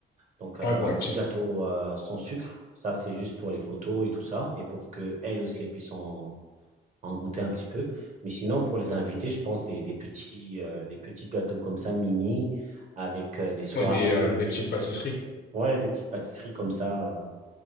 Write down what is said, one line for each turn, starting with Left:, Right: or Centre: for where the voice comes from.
Right: donc euh,
Left: Ouais, pour
Right: un
Left: la
Right: petit
Left: petite.
Right: gâteau euh, sans sucre, ça c'est juste pour les photos et tout ça, et pour que elle aussi elle puisse en, en goûter un petit peu. Mais sinon, pour les invités, je pense des, des petits, euh, des petits gâteaux comme ça, mini, avec euh, des soirées,
Left: Ouais, des, euh, des petites pâtisseries.
Right: ouais, des petites pâtisseries comme ça.